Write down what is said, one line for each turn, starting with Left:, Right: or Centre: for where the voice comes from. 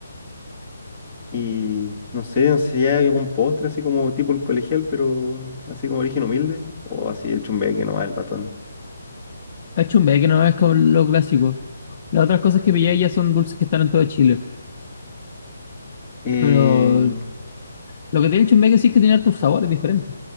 Centre: Y no sé, no sé si hay algún postre así como tipo el colegial, pero así como origen humilde. O así el chumbeque nomás, el patón.
Left: Achumbe, que no es como lo clásico. Las otras cosas que pillé ya son dulces que están en todo Chile.
Centre: Eh,
Left: Pero lo que tiene el chumbeque sí es que tiene hartos sabores diferentes.